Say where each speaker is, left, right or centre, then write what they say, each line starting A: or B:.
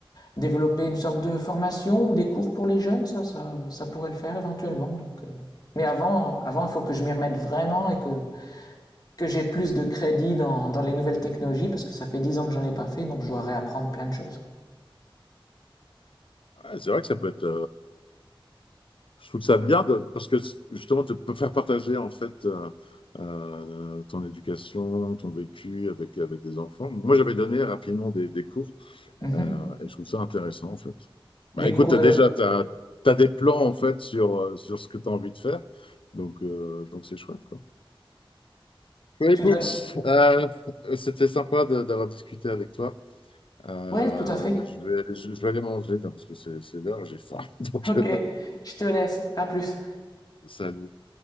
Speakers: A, on the left (about 45°); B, on the left (about 65°).
A: développer une sorte de formation ou des cours pour les jeunes, ça, ça, ça pourrait le faire éventuellement. Donc, euh. Mais avant, avant, il faut que je m'y remette vraiment et que que j'ai plus de crédit dans dans les nouvelles technologies, parce que ça fait dix ans que j'en ai pas fait, donc je dois réapprendre plein de choses.
B: Ah, c'est vrai que ça peut être. Je trouve ça bien de- parce que justement, tu peux faire partager en fait euh, euh, ton éducation, ton vécu avec, avec des enfants. Moi, j'avais donné rapidement des, des cours
A: Mhm.
B: euh, et je trouve ça intéressant en fait. Bah,
A: Des
B: écoute,
A: cours
B: t'as
A: de...
B: déjà, tu as, des plans en fait sur, euh, sur ce que tu as envie de faire. Donc, euh, donc c'est chouette, quoi. Bah,
A: Tu
B: écoute,
A: donnes...
B: euh, c'était sympa de- d'avoir discuté avec toi. Euh,
A: Ouais, tout à fait.
B: je vais, je, je vais aller manger tiens, parce que c'est c'est l'heure, j'ai faim. <laughs> Donc,
A: Ok,
B: euh,
A: je te laisse. À plus.
B: salut.